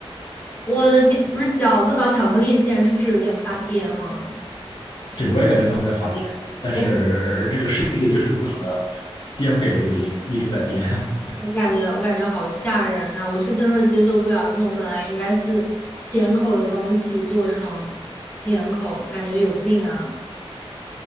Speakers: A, on the left (about 20°); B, on the left (about 50°).
A: 我的天，不是饺子搞巧克力馅，是不是有点发癫了？
B: 对，我也感觉他们在发癫，但是这个世界就是如此的
A: 我
B: 颠沛流离，一直在颠。
A: 我感觉我感觉好吓人呐、我是真的接受不了这种本来应该是咸口的东西做成甜口，感觉有病啊！